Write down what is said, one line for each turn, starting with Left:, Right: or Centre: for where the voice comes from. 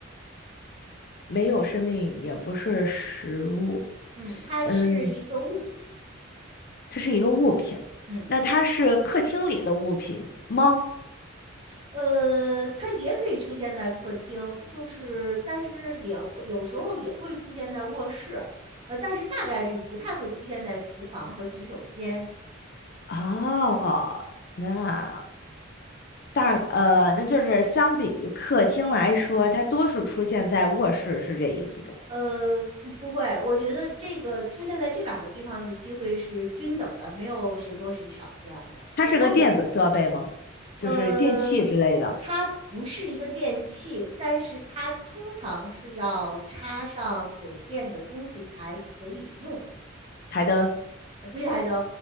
Left: 没有生命，也不是食物，
Right: 嗯，它是一个物品。
Left: 嗯，它是一个物品。
Right: 嗯，
Left: 那它是客厅里的物品吗？
Right: 呃，它也可以出现在客厅，就是但是也会有时候也会出现在卧室，呃，但是大概率不太会出现在厨房和洗手间。
Left: 哦，那。大呃，那就是相比于客厅来说，它多数出现在卧室，是这意思不？
Right: 呃，嗯不会，我觉得这个出现在这两个地方的机会是均等的，没有谁多谁少这样子，
Left: 它是个电子设备吗？
Right: 都都有可能。
Left: 就是电器之类的，
Right: 呃，它不是一个电器，但是它通常是要插上有电的东西才可以用，
Left: 台灯
Right: 呃不是台灯，